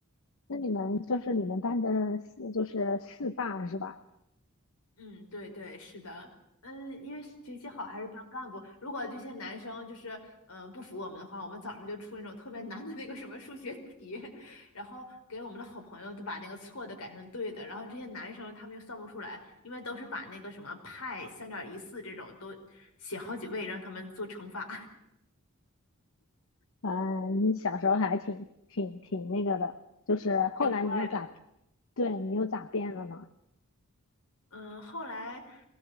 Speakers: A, on the left (about 65°); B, on the left (about 80°).
A: 那你们就是你们班的四就是四霸是吧？
B: 嗯，对对，是的，嗯，因为学习好还是班干部。如果这些男生就是嗯、呃不服我们的话，我们早上就出那种特别难的那个什么数学题，<laughs> 然后给我们的好朋友都把那个错的改成对的，然后这些男生他们又算不出来，因为都是把那个什么派三点一四这种都写好几位，让他们做乘法，
A: 嗯，你小时候还挺挺挺那个的，就是后来你又咋，
B: <laughs> 挺坏的。
A: 对你又咋变了呢？
B: 嗯，后来